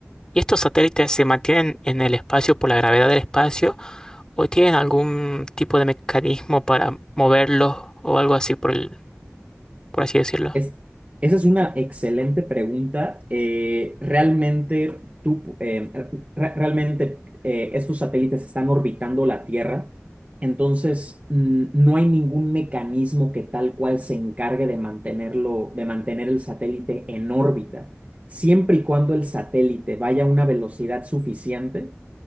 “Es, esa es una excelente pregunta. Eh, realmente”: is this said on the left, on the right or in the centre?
Right